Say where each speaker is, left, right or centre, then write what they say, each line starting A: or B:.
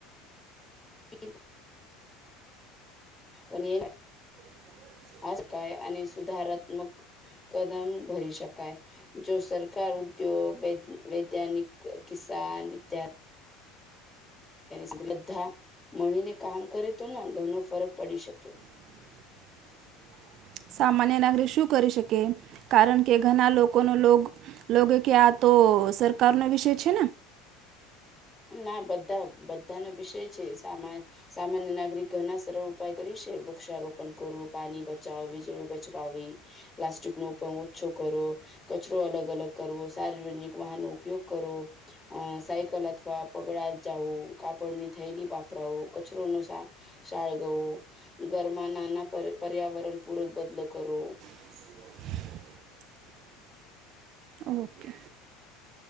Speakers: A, on the left (about 15°); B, on the right (about 55°).
A: <unintelligible> અનેના
B: <inaudible>
A: આજકાય, અને સુધારાત્મક કદમ ભરી શકાય જો સરકાર ઉદ્યોગ, વૈ વૈજ્ઞાનિક કિસાન વિદ્ય શ્રદ્ધા મળીને કામ કરે તો ન ઘરનો ફરક પડી શક
B: <inaudible> સામાન્ય નાગરિક શું કરી શકે કારણ, કે ઘણા લોકો લોગ કે આ તો તો સરકારનો વિષય છે
A: ના બધા બધાનો વિષય છે, સા સામાન્ય નાગરિક ઘણા સરળ ઉપાય કરી છે વૃક્ષારોપણ કરો, પાણી બચાવો, વીજળી બચવાવી, પ્લાસ્ટિક નો પણ ઓછો કરો કચરો અલગ-અલગ કરવો, સાર્જનિક વાહનનો ઉપયોગ કરવો, અહ સાયકલ અથ થવા પગળા જાઉં, કાપડની થેલી વપરાવો, કચરો ન સા સાળગવો ઘરમાં નાના પર પર્યાવરણ પૂરક બદલો કરો.
B: <inaudible> ઓકે.